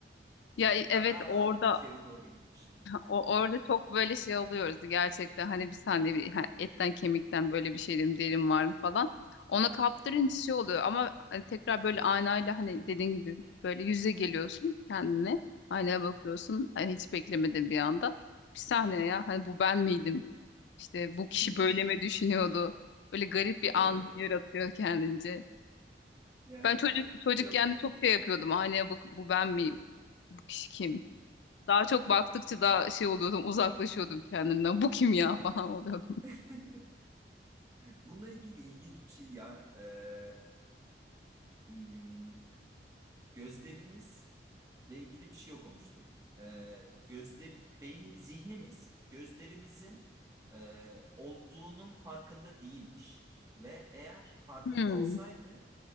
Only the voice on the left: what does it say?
Ya e-
evet orada
O, orada çok böyle şey oluyoruz gerçekten hani bir saniye bir, ha, etten kemikten böyle bir şeydim derim vardı falan. Ona kaptırınca şey oluyor ama hani tekrar böyle aynayla hani dediğin gibi böyle yüze geliyorsun kendine. Aynaya bakıyorsun hani hiç beklemedin bir anda. Bir saniye ya hani bu ben miydim? İşte
bu kişi böyle mi düşünüyordu? Böyle garip bir
an yaratıyor kendince.
Ben
çocuk çocukken
de çok şey yapıyordum. Aynaya bakıp bu ben miyim? Bu kişi kim? Daha çok baktıkça daha şey oluyordum, uzaklaşıyordum kendimden. Bu kim ya <laughs> falan oluyordum.
Hmm.